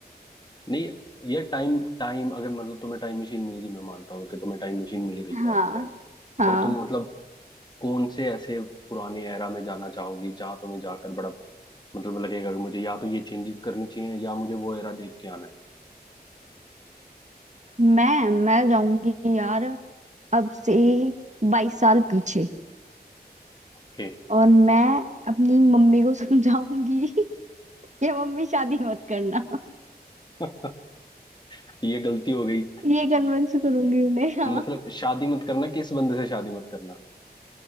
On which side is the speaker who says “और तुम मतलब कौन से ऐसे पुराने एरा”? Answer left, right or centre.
Left